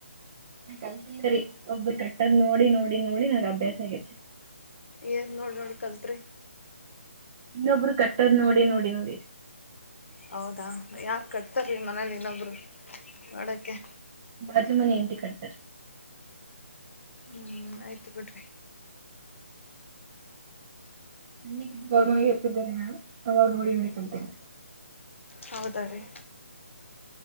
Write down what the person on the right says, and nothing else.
ನಾ ಕಲ್ತಿಲ್ಲ ರಿ ಒಬ್ಬೂರ ಕಟ್ಟದ್ ನೋಡಿ ನೋಡಿ ನೋಡಿ ನಂಗ ಅಭ್ಯಾಸ ಆಗೈತಿ.
ಇನ್ನೊಬ್ರು ಕಟ್ಟದ್ ನೋಡಿ ನೋಡಿ ನೋಡಿರಿ.
ಬಾಜು ಮನಿ ಆಂಟಿ ಕಟ್ತಾರ.
ಸನ್ಯಕಿ ಇದ್ದಾಗ ಅವ್ರ ಮನ್ಯಗೆ ಇರ್ತಿದ್ದರಿ ನಾ ಅವಾಗ ನೋಡಿ ನೋಡಿ ಕಲ್ತೀನ್ರಿ.